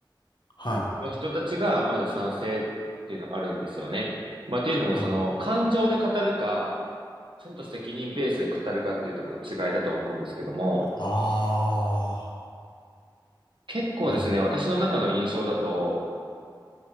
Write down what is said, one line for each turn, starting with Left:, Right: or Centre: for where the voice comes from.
Left: は
Right: の人たちが、まず賛成っていうのがあるんですよね。まあ、っていうのも、
Left: い。
Right: その、感情で語るか、ちゃんと責任ベースで語るかっていうところの違いだと思うんですけども、
Left: あ
Right: 結構ですね、
Left: あー。な
Right: 私の中の印象だと、